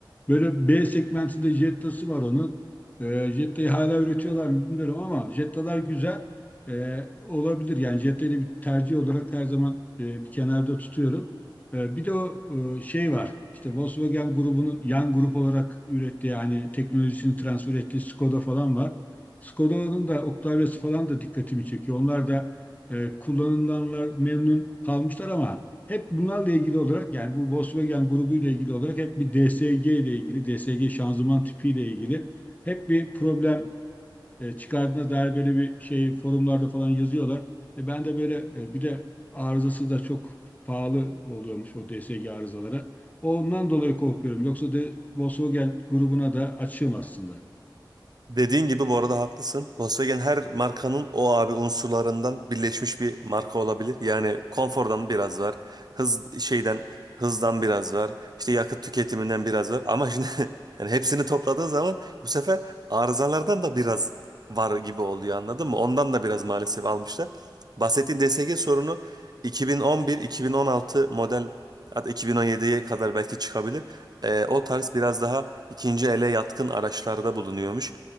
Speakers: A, on the left; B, on the right.
A: Böyle B segmentinde Jetta'sı var onun. E, Jetta'yı hala üretiyorlar mı bilmiyorum ama Jetta'lar güzel E, olabilir. Yani Jetta'yı bir tercih olarak her zaman e, bir kenarda tutuyorum. E, bir de o e, şey var. İşte Volkswagen grubunun yan grup olarak ürettiği hani teknolojisini transfer ettiği Skoda falan var. Skoda'nın da Octavia'sı falan da dikkatimi çekiyor. Onlar da e, kullanılanlar memnun kalmışlar ama hep bunlarla ilgili olarak yani bu Volkswagen grubuyla ilgili olarak hep bir DSG ile ilgili, DSG şanzıman tipiyle ilgili hep bir problem e, çıkardığına dair böyle bir şey forumlarda falan yazıyorlar. E, ben de böyle e, bir de arızası da çok pahalı oluyormuş o DSG arızaları. Ondan dolayı korkuyorum. Yoksa de Volkswagen grubuna da açığım aslında.
B: Dediğin gibi bu arada haklısın. Volkswagen her markanın o abi unsurlarından birleşmiş bir marka olabilir. Yani konfordan biraz var. Hız şeyden hızdan biraz var. İşte yakıt tüketiminden biraz var. Ama şimdi <laughs> yani hepsini topladığın zaman bu sefer arızalardan da biraz var gibi oluyor anladın mı? Ondan da biraz maalesef almışlar. Bahsettiğin DSG sorunu 2011-2016 model hatta 2017'ye kadar belki çıkabilir. Ee, o tarz biraz daha ikinci ele yatkın araçlarda bulunuyormuş.